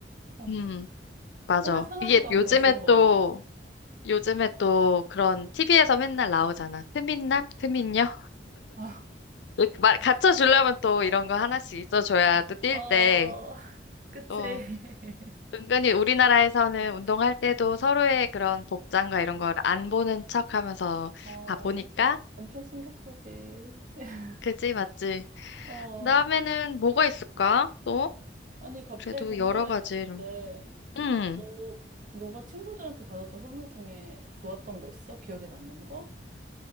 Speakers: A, on the right; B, on the left.
A: 어,
B: 음, 맞아.
A: 흔하, 흔하지도
B: 이게
A: 않고
B: 요즘에
A: 되게 좋은 것
B: 또,
A: 같네.
B: 요즘에 또 그런 TV에서 맨날 나오잖아. 트민남? 트민녀?
A: <laughs>
B: 말, 갖춰주려면 또 이런 거 하나씩 있어줘야 또 뛸
A: 어,
B: 때,
A: <laughs> 그치.
B: 또,
A: <laughs>
B: 은근히 우리나라에서는 운동할 때도 서로의 그런 복장과 이런 걸 안 보는 척 하면서
A: 어,
B: 다 보니까?
A: 엄청 신경 쓰지. <laughs>
B: 그지, 맞지?
A: 어,
B: 그다음에는 뭐가 있을까? 또?
A: 아니, 갑자기
B: 그래도
A: 궁금해지는데,
B: 여러 가지. 음.
A: 너, 너가 친구들한테 받았던 선물 중에 좋았던 거 있어? 기억에 남는 거?